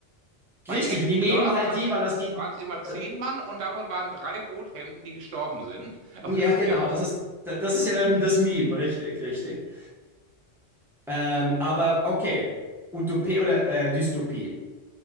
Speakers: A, on the right; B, in the centre.
A: Bei
B: richtig,
A: Captain
B: und die nehmen
A: Kirk
B: halt
A: war,
B: die, weil das die,
A: waren es immer
B: das,
A: zehn Mann und davon waren drei Rothemden, die gestorben sind. <laughs> Aber
B: ja
A: das ist
B: genau,
A: ja was.
B: das ist, das ist ja dann das Meme, richtig, richtig. Ähm, aber okay, Utopie oder äh, Dystopie.